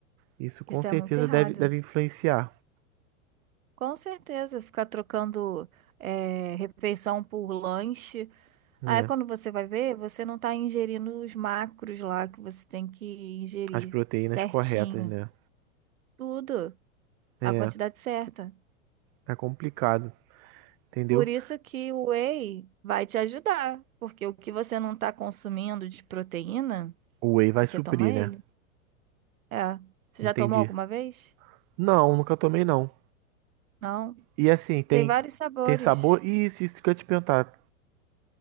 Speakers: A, on the right; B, on the right.
A: Isso com
B: Isso
A: certeza
B: é muito errado.
A: deve, deve influenciar,
B: Com certeza, ficar trocando eh, refeição por lanche.
A: né?
B: Aí quando você vai ver, você não tá ingerindo os macros lá que você tem que ingerir
A: As proteínas
B: certinho.
A: corretas, né?
B: Tudo,
A: É,
B: a quantidade certa.
A: é complicado, entendeu?
B: Por isso que o whey vai te ajudar, porque o que você não tá consumindo de proteína,
A: O whey vai
B: você
A: suprir,
B: toma ele.
A: né?
B: É. Você
A: Entendi.
B: já tomou alguma vez?
A: Não, nunca tomei não.
B: Não.
A: E assim, tem
B: Tem vários sabores.
A: tem sabor. E Isso, isso que eu ia te perguntar.